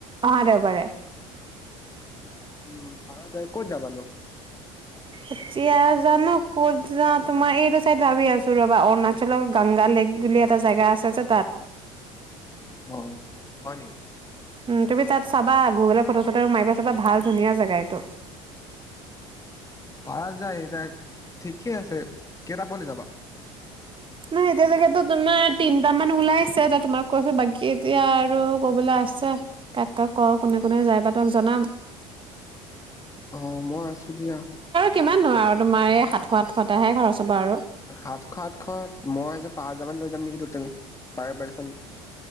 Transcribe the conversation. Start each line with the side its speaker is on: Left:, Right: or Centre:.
Right: অহা দেৱবা বৰে
Left: উম পাৰ ক'ত যাবা নো
Right: এতিয়া জান ক'ত যা তোমাৰ এইটো চাইড ভাবি আছো ৰবা অৰুণাচলৰ গাংগা লেক বুলি এটা জেগা আছে যে তাত
Left: অ হয় নেকি
Right: উ তুমি তাত চাবা গুগলে ফটো চটো মাৰিবা চাবা ভাল ধুনীয়া জেগা এইটো
Left: পাৰা যায় এতিয়া ঠিকে আছে কেইটা পালি যাবা <unintelligible>
Right: নহ এতিয়ালকেতেতো তোমাৰ তিনট মান ওলাইছে ত তোমাক কৈছো বাকী এতিয়া আৰু কবলৈ আছে কাক কাক ক কোনে কোনে যাই বা তোমাক জনাম
Left: অ মই আছো দিয়া
Right: কিমান নোৱাৰ আৰু তোমাৰ এই সাতশ সঠশতটাহে খৰচ হ'ব আৰু।
Left: সাতশ আঠশ মই পাঁচ হাজাৰ মান লৈ যাম নেকি ট'টেল পাৰ পাৰ্চন